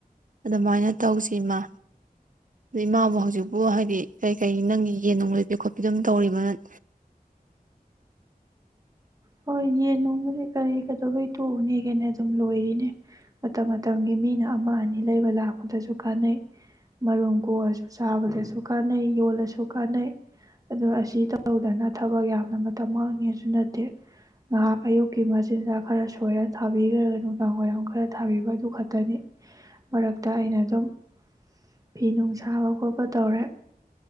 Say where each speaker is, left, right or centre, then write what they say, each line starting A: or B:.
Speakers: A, on the right; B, on the right.
A: ꯑꯗꯨꯃꯥꯏꯅ ꯇꯧꯁꯤ ꯏꯃꯥ ꯑꯗꯩ ꯏꯃꯥꯕꯨ ꯍꯧꯖꯤꯛꯄꯨ ꯍꯥꯏꯗꯤ ꯀꯩ ꯀꯩ ꯅꯪꯒꯤ ꯌꯦꯟ ꯅꯨꯡ ꯂꯣꯏꯕꯤ ꯈꯣꯠꯄꯤ ꯑꯗꯨꯝ ꯇꯧꯔꯤꯕ ꯅꯠ
B: ꯍꯣꯏ ꯌꯦꯟ ꯅꯨꯡꯕꯨꯗꯤ ꯀꯔꯤ ꯀꯗꯧꯕꯩ ꯇꯣꯛꯅꯤꯒꯦꯅꯦ ꯑꯗꯨꯝ ꯂꯣꯏꯔꯤꯅꯦ ꯃꯇꯝ ꯃꯇꯝꯒꯤ ꯃꯤꯅ ꯑꯃ ꯑꯅꯤ ꯂꯩꯕ ꯂꯥꯛꯄꯗꯁꯨ ꯀꯥꯟꯅꯩ ꯃꯔꯨꯝ ꯀꯣꯛꯑꯁꯨ ꯆꯥꯕꯗꯁꯨꯨ ꯀꯥꯟꯅꯩ ꯌꯣꯜꯂ ꯁꯨ ꯀꯥꯟꯅꯩ ꯑꯗꯣ ꯑꯁꯤ ꯇꯧꯗꯅ ꯊꯕꯛ ꯌꯥꯝꯅ ꯃꯇꯝ ꯃꯥꯡꯅꯤꯁꯨ ꯅꯠ ꯇꯦ ꯉꯥꯏꯍꯥꯛ ꯑꯌꯨꯛꯀꯤ ꯃꯆꯤꯟꯖꯥꯛ ꯈꯔ ꯁꯣꯏꯔ ꯊꯥꯕꯤꯈ꯭ꯔꯒ ꯅꯨꯡꯗꯥꯡ ꯋꯥꯏꯔꯝ ꯈꯔ ꯊꯥꯕꯤꯕ ꯑꯗꯨ ꯈꯠꯇꯅꯤ ꯃꯔꯛꯇ ꯑꯩꯅ ꯑꯗꯨꯝ ꯐꯤ ꯅꯨꯡ ꯁꯥꯕ ꯈꯣꯠꯄ ꯇꯧꯔꯦ